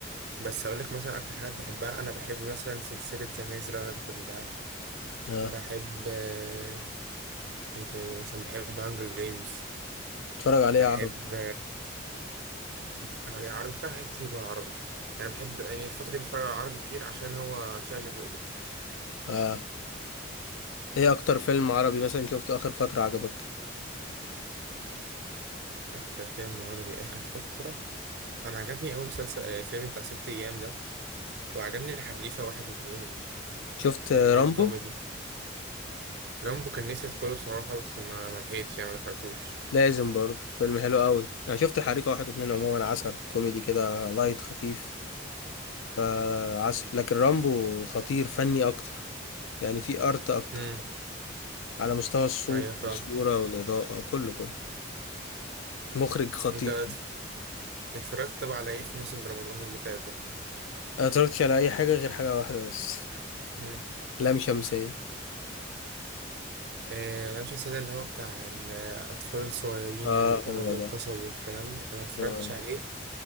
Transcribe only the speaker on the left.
اه
بتتفرج على
ايه عربي
اه ايه اكتر فيلم عربي مثلا شفته اخر فترة عجبك
شفت
آه،
رامبو
لازم برضه فيلم حلو قوي انا شفت الحريفه واحد واتنين عموما عسل كوميدي كده لايت خفيف فعسل لكن رامبو خطير فني اكتر يعني في ارت اكتر
على مستوى الصوت
والصوره والاضاءه كله كله مخرج خطير
انا متفرجتش على اي حاجه غير حاجه واحده بس
لام شمسيه
اه
هو
ده
اه